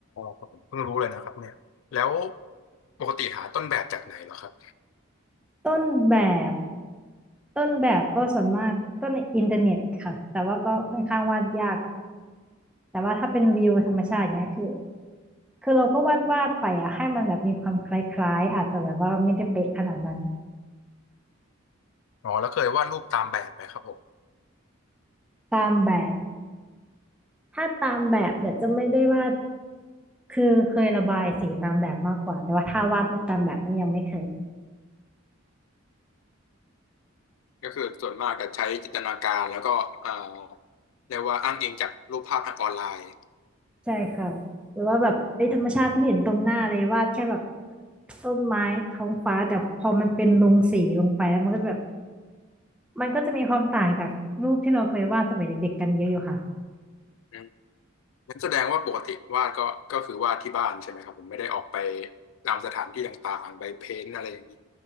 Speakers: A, on the left (about 75°); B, in the centre.
A: ครับผมเพิ่งรู้เลยนะครับเนี่ยแล้วปกติหาต้นแบบจากไหนเหรอครับ
B: ต้นแบบต้นแบบก็ส่วนมากก็ในอินเทอร์เน็ตค่ะแต่ว่าก็ค่อนข้างวาดยาก แต่ว่าถ้าเป็นวิวธรรมชาติเนี้ยคือคือเราก็วาดวาดไปอะให้มันแบบมีความคล้ายๆอาจจะแบบว่าไม่ได้เป๊ะขนาดนั้น
A: อ๋อแล้วเคยวาดรูปตามแบบไหมครับผม
B: ตามแบบถ้าตามแบบเนี่ยจะไม่ได้วาดคือเคยระบายสีตามแบบมากกว่าแต่ว่าถ้าวาดรูปตามแบบเนี่ยยังไม่เคย
A: ก็คือส่วนมากก็ใช้จินตนาการแล้วก็เอ่อเรียกว่าอ้างอิงจากรูปภาพทางออนไลน์
B: ใช่ค่ะหรือว่าแบบไอ้ยธรรมชาติที่เห็นตรงหน้าเลยวาดแค่แบบต้นไม้ท้องฟ้าแต่พอมันเป็นลงสีลงไปแล้วมันก็จะแบบมันก็จะมีความต่างจากรูปที่เราเคยวาดสมัยเด็กๆกันเยอะอยู่ค่ะ
A: อืมงั้นแสดงว่าปกติวาดก็ก็คือวาดที่บ้านใช่ไหมครับผมไม่ได้ออกไปตามสถานที่ต่างๆไปเพ้นท์อะไรอย่างนี้